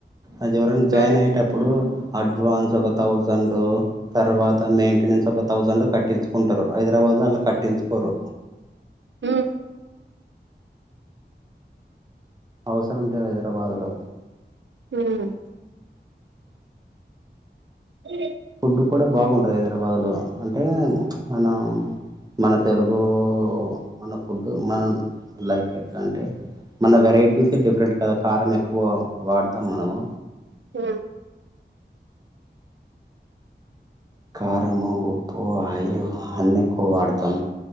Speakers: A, on the right; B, on the right.
A: అది ఎవరనా జాయిన్
B: మ్మ్
A: అయ్యేటప్పుడు అడ్వాన్స్ ఒక థౌజ జండ్ తర్వాత మెయింటెనెన్స్ ఒక థౌసండ్ కట్టిచ్చుకుంటారు హైదరాబాద్ వాళ్ళు కట్టించుకోరు
B: మ్మ్
A: అవసరం లేదు హైదరాబాదులో
B: మ్ ఇ
A: ఫుడ్ కూడా బాగుంటది హైదరాబాద్ లో అంటే మనం మన తెలుగు మన ఫుడ్ మనం లైక్ ఎట్లా అంటే మన వెరైటీసే డిఫరెంట్ కదా కారం ఎక్కువ వాడతాం మనము
B: మ్
A: కారము ఉప్పు ఆయిలు అన్ని ఎక్కువ వాడతాం